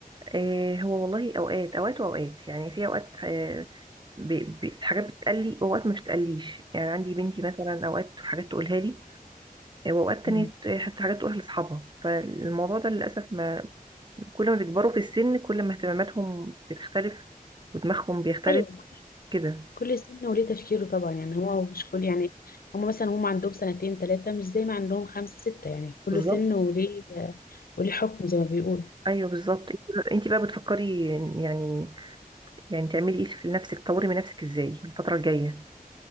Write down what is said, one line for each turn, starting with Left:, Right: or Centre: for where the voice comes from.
Right: آه هو والله اوقات اوقات واوقات يعني في اوقات آه ب... ب... حاجات بتتقلي واوقات ما بتتقليش يعني عندي بنتي مثلا اوقات حاجات تقولها لي آه، واوقات تانية
Left: مم.
Right: حتى حاجات تقولها لاصحابها فالموضوع ده للاسف ما كل ما بيكبروا في السن كل ما اهتماماتهم بتختلف ودماغهم بيختلف
Left: ايوه
Right: كده
Left: كل سن وليه تفكيره طبعا يعني هو مش كل يعني هم مثلا هم عندهم سنتين ثلاثه مش زي ما عندهم خمسه سته يعني كل
Right: بالظبط
Left: سن وليه وليه حكم زي ما بيقولوا
Right: ايوه بالظبط انت بقى بتفكري يعني يعني تعملي ايه في نفسك تطوري من نفسك ازاي الفتره الجايه